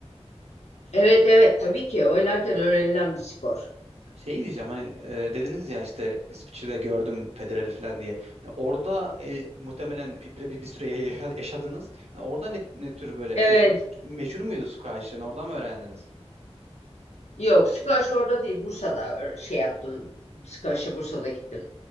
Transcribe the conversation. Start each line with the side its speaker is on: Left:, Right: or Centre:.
Left: Evet evet tabii ki oynarken öğrenilen bir spor.
Right: Şey diyeceğim hani e, dediniz ya işte İsviçre'de gördüm Federer'i falan diye. Hani orada e, muhtemelen bir, bir, bir süre ya- ya- yaşadınız. Hani orada ne, ne tür böyle
Left: Evet.
Right: şey bu, meşhur muydu squash? Yani oradan mı öğrendiniz?
Left: Yok, Sikaş orada değil, Bursa'da e, şey yaptım. Sikaş'a Bursa'da gittim.